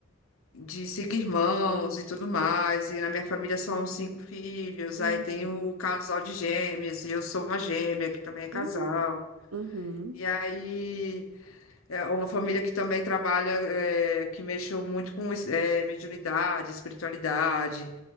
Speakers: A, on the left; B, on the right.
A: de cinco irmãos e tudo mais, e na minha família são cinco filhos,
B: Hum,
A: aí tem o casal de gêmeos e eu sou uma gêmea, que também é casal.
B: hum, uhum.
A: E aí É uma família que também trabalha, é, que mexeu muito com é, mediunidade, espiritualidade.